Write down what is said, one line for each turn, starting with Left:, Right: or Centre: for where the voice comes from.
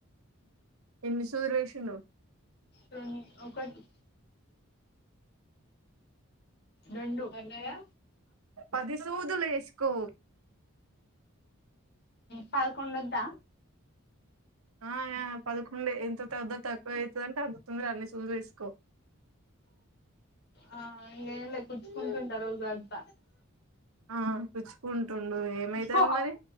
Right: ఎన్ని సూదులేసిండ్రు?
Left: రెం ఒకటి రెండు పడ్డాయా
Right: పది సూదులు వేసుకో
Left: పదకొండొద్ద
Right: ఆ పదకొండే ఎంత తద్ద తక్కువ అవుతదంటే అంత తొందర అన్ని సూదులు వేసుకో
Left: ఆ ఇగేంలే కుచుకుంటుంటా రోజు అంత
Right: ఆ గుచ్చుకుంటుండు ఏమైతాది
Left: బమ్
Right: మరి